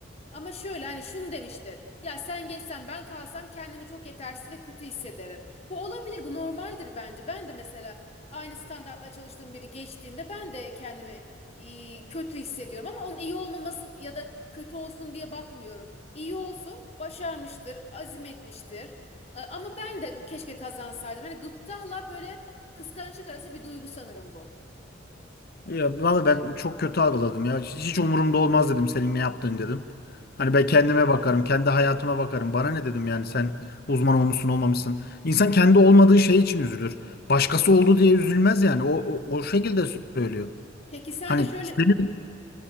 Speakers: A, on the left; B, on the left.
A: Ama şöyle hani şunu demiştir. Ya sen geçsen ben kalsam kendimi çok yetersiz ve kötü hissederim. Bu olabilir, bu normaldir bence. Ben de mesela aynı standartla çalıştığım biri geçtiğinde ben de kendimi e, kötü hissediyorum. Ama onun iyi olmaması ya da kötü olsun diye bakmıyorum. İyi olsun, başarmıştır, azim etmiştir. E, Ama ben de keşke kazansaydım. Hani gıptayla böyle kıskançlık arası bir duygu sanırım bu.
B: Ya valla ben çok kötü algıladım ya. Hiç, hiç umurumda olmaz dedim senin ne yaptığın dedim. Hani ben kendime bakarım, kendi hayatıma bakarım. Bana ne dedim yani sen uzman olmuşsun olmamışsın. İnsan kendi olmadığı şey için üzülür. Başkası oldu diye üzülmez yani. O, o, o şekilde söylüyor.
A: Peki sen
B: Hani
A: de şöyle
B: senin...